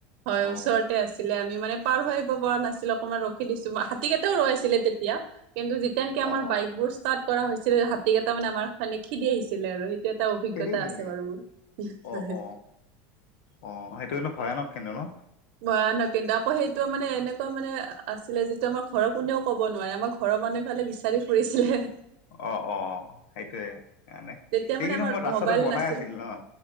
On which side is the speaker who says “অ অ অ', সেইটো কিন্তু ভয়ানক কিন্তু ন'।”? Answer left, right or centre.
Left